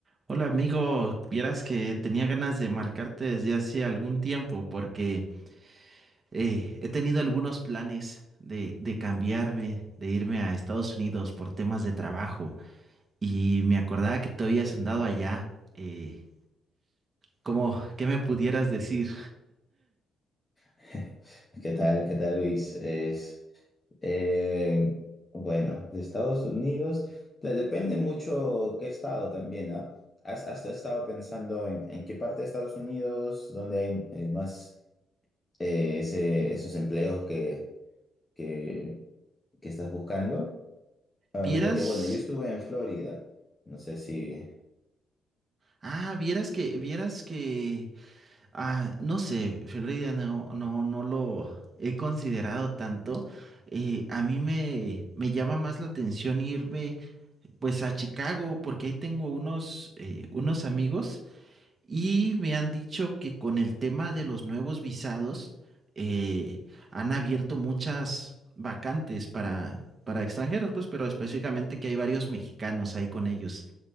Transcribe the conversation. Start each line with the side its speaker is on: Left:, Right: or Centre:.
Right: Hola amigo, vieras que tenía ganas de marcarte desde hace algún tiempo porque eh, he tenido algunos planes de, de cambiarme, de irme a Estados Unidos por temas de trabajo y me acordaba que tú habías andado allá. Eh, ¿cómo, qué me pudieras decir?
Left: <laughs> ¿Qué tal? ¿Qué tal, Luis? Es, eh, bueno, de Estados Unidos, de- depende mucho qué estado también, ¿ah? ¿Has, has estado pensando en, en qué parte de Estados Unidos, donde hay eh, más eh, ese- esos empleos que, que, que estás buscando? Ah,
Right: ¿Vieras?
Left: porque, bueno, yo estuve en Florida, no sé si,
Right: Ah, vieras que, vieras que, ah, no sé, Florida no, no, no lo he considerado tanto. Eh, a mí me, me llama más la atención irme Pues a Chicago, porque ahí tengo unos, eh, unos amigos y me han dicho que con el tema de los nuevos visados eh, han abierto muchas vacantes para, para extranjeros, pues, pero específicamente que hay varios mexicanos ahí con ellos.